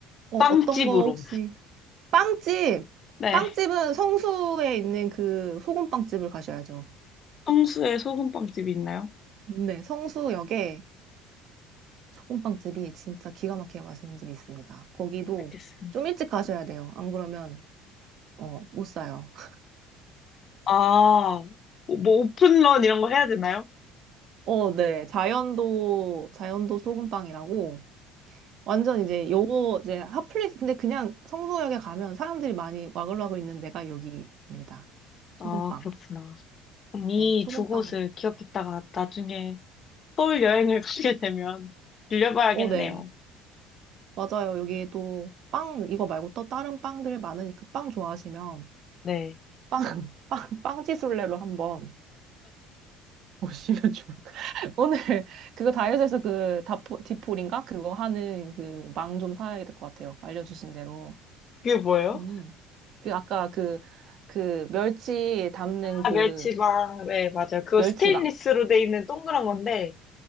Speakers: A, on the right; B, on the left.
A: 어,
B: 빵집으로.
A: 어떤 거 혹시, 빵집!
B: 네,
A: 빵집은 성수에 있는 그 소금빵집을 가셔야죠.
B: 성수에 소금빵집이 있나요?
A: 네, 성수역에 소금빵집이 진짜 기가 막히게 맛있는 집이 있습니다. 거기도
B: 알겠습니다.
A: 좀 일찍 가셔야 돼요. 안 그러면, 어, 못 사요. <laughs>
B: 아, 뭐 뭐 오픈런 이런 거 해야 되나요?
A: 어, 네. 자연도, 자연도 소금빵이라고. 완전 이제 요거 이제 핫플레이스 근데 그냥 성수역에 가면 사람들이 많이 와글와글 있는 데가 여기입니다. 소금빵.
B: 아, 그렇구나. 그럼 이
A: 네, 소금빵.
B: 두 곳을 기억했다가 나중에 서울 여행을 <laughs> 가게 되면 들려봐야겠네요.
A: 어, 네. 맞아요. 여기 또 빵 이거 말고 또 다른 빵들 많으니까 빵 좋아하시면
B: 네.
A: 빵, <laughs> 빵, 빵지술래로 한번 오시면 <laughs> 좋을 것같요 오늘 그거 다이어트에서 그 다포, 디폴인가? 그거 하는 그 망 좀 사야 될 것 같아요. 알려주신 대로.
B: 그게 뭐예요?
A: 음. 그 아까 그, 그 멸치 담는 그
B: 아, 멸치밥. 네, 맞아요. 그거
A: 멸치막.
B: 스테인리스로 돼 있는 동그란 건데,